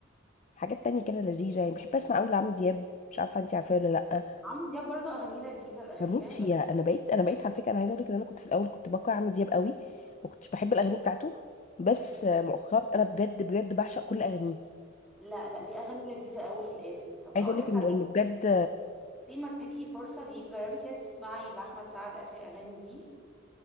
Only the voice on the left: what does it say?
حاجات تانية كده لذيذة يعني بحب اسمع قوي لعمرو دياب مش عارفة انتي عارفاه ولا لأ
بموت فيها
انا بقيت انا بقيت على فكرة انا عايزة اقول لك ان انا كنت في الاول كنت بكره عمرو دياب قوي ما كنتش بحب الاغاني بتاعته بس مؤخرا انا بجد بجد بعشق كل اغانيه
عايزة
اقول
لك انه
انه بجد